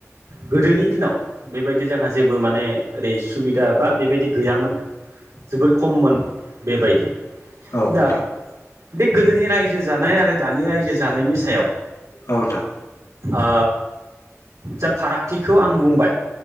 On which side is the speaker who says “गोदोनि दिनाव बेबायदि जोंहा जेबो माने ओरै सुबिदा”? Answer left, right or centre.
Right